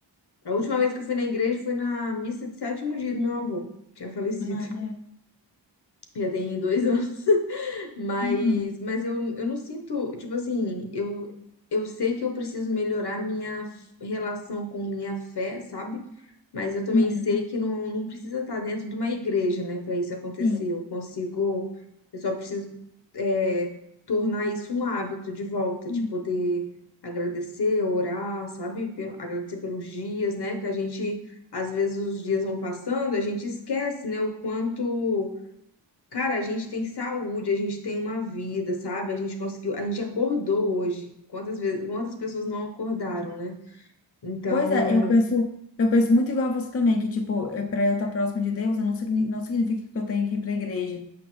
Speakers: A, on the left; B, on the left.
A: A última vez que eu fui na igreja foi na missa de sétimo dia do meu avô. Tinha falecido.
B: Ah, é.
A: Já tem dois anos. Mas,
B: Uhum.
A: mas eu, eu não sinto, tipo assim, eu, eu sei que eu preciso melhorar minha f- relação com minha fé, sabe? Mas eu também
B: Uhum.
A: sei que não, não precisa estar dentro de uma igreja, né, para isso acontecer.
B: Sim.
A: Eu consigo, eu só preciso, é, tornar isso um hábito de volta,
B: Uhum.
A: de poder agradecer, orar, sabe? Pe- Agradecer pelos dias, né? Que a gente, às vezes, os dias vão passando, a gente esquece, né, o quanto. Cara, a gente tem saúde, a gente tem uma vida, sabe? A gente conseguiu, a gente acordou hoje. Quantas vezes, quantas pessoas não acordaram, né? Então,
B: Pois é, eu penso, eu penso muito igual a você também, que tipo, para eu estar próximo de Deus, eu não, signi- não significa que eu tenho que ir para a igreja.